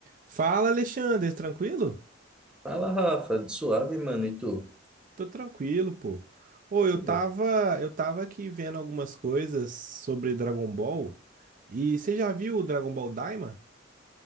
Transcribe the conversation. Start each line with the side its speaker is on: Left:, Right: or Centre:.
Right: Fala, Alexandre, tranquilo?
Centre: Fala, Rafa, de suave, mano, e tu?
Right: Tô tranquilo, pô. Ô, eu
Centre: Que bom.
Right: tava, eu tava aqui vendo algumas coisas sobre Dragon Ball. E você já viu o Dragon Ball Daima?